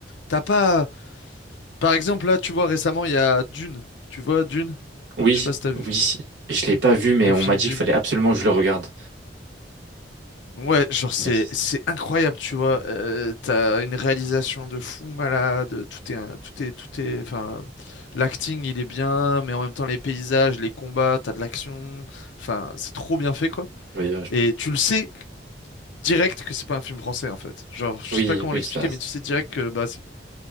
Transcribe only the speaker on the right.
Oui,
oui. Et Je l'ai pas vu, mais
on
m'a dit
qu'il fallait absolument que je le regarde.
On m'a dit. ça.
Oui, euh,
je- oui,
oui.
ça-